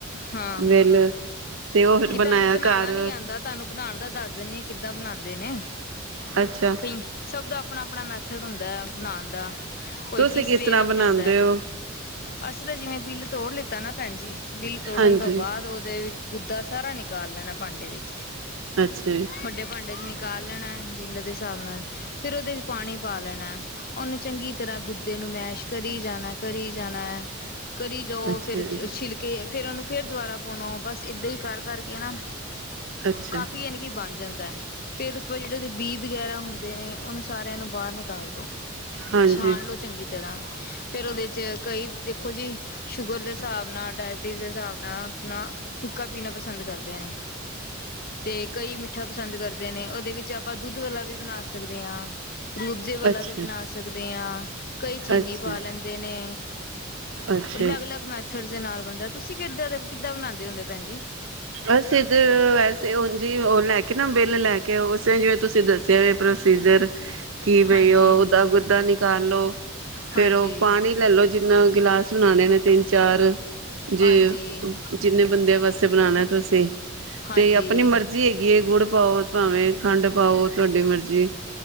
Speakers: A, on the left (about 45°); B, on the right (about 70°).
A: ਹਾਂ
B: ਬਿਲ ਤੇ ਉਹ
A: ਕਿ
B: ਬਣਾਇਆ
A: ਤੁਹਾਨੂੰ ਬਣਾਉਣਾ
B: ਘਰ
A: ਨੀ ਆਉਂਦਾ ਤੁਹਾਨੂੰ ਬਣਾਉਣ ਦਾ ਦੱਸ ਦੇਨੀ ਆ, ਕਿੱਦਾਂ ਬਣਾਉਂਦੇ ਨੇ।
B: ਅੱਛਾ
A: ਕਈ ਸਭ ਦਾ ਆਪਣਾ ਆਪਣਾ ਮੈਥਡ ਹੁੰਦਾ ਹੈ ਬਣਾਉਣ ਦਾ ਕੋਈ
B: ਤੁਸੀਂ
A: ਕਿਸ ਸਵੇ
B: ਤਰ੍ਹਾਂ
A: ਨਾਲ
B: ਬਣਾਉਂਦੇ
A: ਬਣਾਉਂਦਾ ਹੈ
B: ਹੋ
A: ਅਸੀਂ ਤਾਂ ਜਿਵੇਂ ਬਿੱਲ ਤੋੜ ਲਿੱਤਾ ਪਤਾ ਨਾ ਭੈਣ ਜੀ ਬਿੱਲ ਤੋੜਨ
B: ਹਾਂਜੀ
A: ਤੋਂ ਬਾਅਦ ਉਹਦੇ ਦਾ ਸਾਰਾ ਨਿਕਾਲ ਲੈਣਾ ਭਾਂਡੇ ਵਿੱਚ
B: ਅੱਛਾ
A: ਵੱਡੇ ਭਾਂਡੇ ਚ ਨ ਪਕਾ ਲੈਣਾ ਬਿੱਲ ਦੇ ਹਿਸਾਬ ਨਾਲ ਫੇਿਰ ਉਹਦੇ ਚ ਪਾਣੀ ਪਾ ਲੈਣਾ ਉਹਨੂੰ ਚੰਗੀ ਤਰ੍ਹਾਂ ਗੁ ਦੇ ਨੁਮਾਇਸ਼ ਕਰੀ ਜਾਣਾ ਕਰੀ ਜਾਣਾ ਕਰੀ ਜਾਓ
B: ਅੱਛਾ
A: ਫੇਰ ਛਿੱਲਕੇ ਫ਼ਿਰਰ ਉਹਨੂੰ ਫੇਰ ਦੁਬਾਰਾ ਆਪੁਣੋ ਬਸ ਏਦਾਂ ਹੀ ਕਰ ਕਰਕੇ ਨਾ
B: ਅੱਛਾ,
A: ਕਾਫੀ ਇਹਨ ਕਿ ਬਣ ਜਾਂਦਾ ਫੇਰ ਉਸ ਬਾਅਦ ਜਿਹੜੇ ਉਹਦੇ ਬੀ ਵਗੈਰਾ ਹੁੰਦੇ ਨੇ ਉਹਨੂੰ ਸਾਰਿਆਂ ਨੂੰ ਬਾਹਰ ਨਿਕਾਲ ਦੋ
B: ਹਾਂਜੀ
A: ਛਾਣ ਲਓ ਚੰਗੀ ਤਰ੍ਹਾਂ ਫੇਰ ਉਹਦੇ ਚ ਕਈ ਦੇਖੋ ਜੀ ਸ਼ੂਗਰ ਦੇ ਹਿਸਾਬ ਨਾਲ ਡਾਇਬਟੀਜ਼ ਦੇ ਹਿਸਾਬ ਨਾਲ ਆਪਣਾ ਫਿੱਕਾ ਪੀਣਾ ਪਸੰਦ ਕਰਦੇ ਨੇ ਤੇ ਕਈ ਮਿੱਠਾ ਪਸੰਦ ਕਰਦੇ ਨੇ ਉਹਦੇ ਵਿੱਚ ਆਪ ਆਪਾਂ ਦੁੱਧ ਵਾਲਾ ਵੀ ਬਣਾ ਸਕਦੇ ਹਾਂ ਗਬਜ਼ੇ ਵਾਲਾ
B: ਅੱਛਾ,
A: ਵੀ ਬਣਾ ਸਕਦੇ ਹਾਂ ਕਈ ਚੀਨੀ
B: ਅੱਛਾ,
A: ਪਾ ਲੈਂਦੇ ਨੇ
B: ਅੱਛਾ
A: ਅਲੱਗ
B: ਜੀ।
A: ਅਲੱਗ ਮੈ ਪੱਥੜ ਦੇ ਨਾਲ ਬੰਦਾ ਤੁਸੀਂ ਕਿੱਦਾਂ ਦੇ ਕਿੱਦਾਂ ਬਣਾਉਂਦੇ ਹੁੰਦੇ ਭੈਣ ਜੀ
B: ਬਸ ਇਧਰ ਵੈਸੇ ਹਣ ਜੀ ਉਹ ਲੈ ਕੇ ਨਾ ਬਿੱਲ ਲੈ ਕੇ ਜਿਵੇਂ ਤੁਸੀਂ ਦੱਸਿਆ ਹੋ ਪ੍ਰੋਸੀਜਰ ਕੀ ਬਈ
A: ਹਾਂਜੀ
B: ਓਦਾ ਗੁਦਾ ਨਿਕਾਲ ਲੋ ਫਿਰ
A: ਹਾਂਜੀ
B: ਉਹ ਪਾਣੀ ਲੈਲੋ ਜਿੰਨਾ ਗਿਲਾਸ ਸੁਣਾਣੇ ਨੇ ਤਿੰਨ ਚਾਰ ਜੇ
A: ਹਾਂਜੀ
B: ਜਿੰਨੇ ਬੰਦੇ ਵਾਸਤੇ ਬਣਾਉਣਾ ਤੁਸੀਂ
A: ਹਾਂਜੀ
B: ਤੇ ਆਪਣੀ ਮਰਜ਼ੀ ਹੈਗੀ ਗੁੜ ਪਾਓ ਭਾਵੇਂ ਖੰਡ ਪਾਓ ਤੁਹਾਡੀ ਮਰਜ਼ੀ